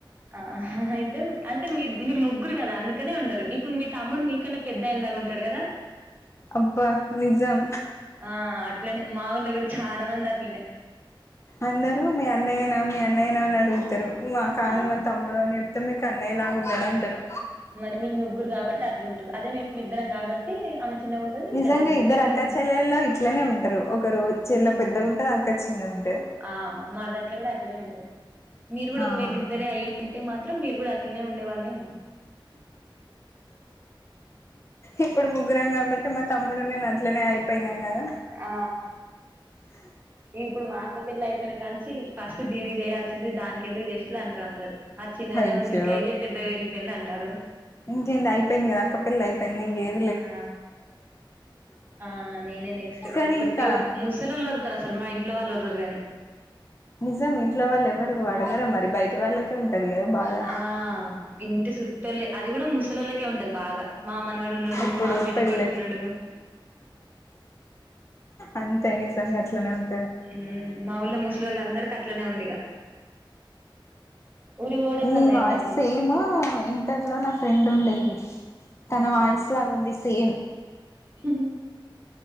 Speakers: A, on the right; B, on the left.
A: ఆ అయితే అంటే మీ మీరు ముగ్గురు కదా అందుకనే ఉండరు ఇప్పుడు మీ తమ్ముడు మీ కన్నా పెద్దాయన లాగా ఉంటాడు కదా
B: అబ్బా నిజం
A: ఆ అట్లనే మా ఊళ్ళో కూడా చాలా మంది అట్లనే
B: అందరు మీ అన్నయ్యనా మీ అన్నయ్యనా అని అడుగుతారు మా కాదు
A: ఆ!
B: మా తమ్ముడు అని చెప్ మొత్తం మీకు అన్నయ్యలా ఉన్నాడు అంటారు
A: మరి మీరు మీ ముగ్గురు కాబట్టి అట్లు ఉంటారు అదే మేమ్ ఇద్దరం కాబట్టి ఆమె చిన్నగుంటది. నేను
B: నిజంగా
A: పెద్దగుంటా.
B: ఇద్దరు
A: మేము గూడా
B: అక్క చెల్లెల్లో ఇట్లనే ఉంటారు ఒకరు
A: హ్మ్.
B: చెల్ల పెద్దగా ఉంటది అక్క చిన్నగుంటది
A: ఆ మా దాంట్లో కూడా అట్లనే ఉంటాం మీరు కూడా
B: ఆ
A: ఒకవేళ ఇద్దరే అయ్య ఉంటే మాత్రం మీరు కూడా అట్లనే ఉండే వాళ్ళేమో
B: ఇప్పుడు ముగ్గురం కాబట్టి మా తమ్ముడు నేను అట్లనే అయిపోయినాం కదా
A: ఆ
B: అ
A: ఇప్పుడు మా అక్కపెళ్లి అయిపోయిన కానించి ఫస్ట్ దీనికి చేయాల్సింది దానికి ఎందుకు చేసిల్లు అంటారు అందరు అది చిన్నగనే
B: అయ్యో
A: ఉంది ఇంకా ఇదే పెద్దగా పెరిగిపోయింది అంటాళ్ళు
B: ఇంకేంది అయిపోయింది కదా అక్క పెళ్లి అయిపోయింది ఇంకేంది
A: ఆ ఆ నేనే నెక్స్ట్
B: కానీ
A: ఒకటే
B: ఇంకా
A: ముసలొల్లు వర్ తరు అసలు మా ఇంట్లో వాళ్ళు ఓర్లరూ కానీ
B: నిజం ఇంట్లో వాళ్ళు ఎవరు అడగర మరి బయటి వాళ్ళకు తో ఉంటది కదా బాగా
A: ఆ ఇంటి చుట్టులే అది కూడా ముసలోల్లకే ఉంటది బాధ మా మనవడు ఉన్నాడు
B: ఎప్పుడు
A: మా బిడ్డ
B: పెళ్ళి
A: కొడుకున్నాడు
B: అంతే నిజంగా అట్లనే ఉన్
A: మ్మ్ మా ఊళ్ళో ముసలోళ్ళ అందరికి అట్లనే ఉంది ఇగ ఊరి పోవుడే బంద్
B: నీ
A: అయింది
B: వాయిస్
A: నాకు
B: సేమ్ ఇంటర్ లో నా ఫ్రెండ్ ఉండేది తన
A: ఆ
B: వాయిస్ లాగుంది సేమ్
A: హ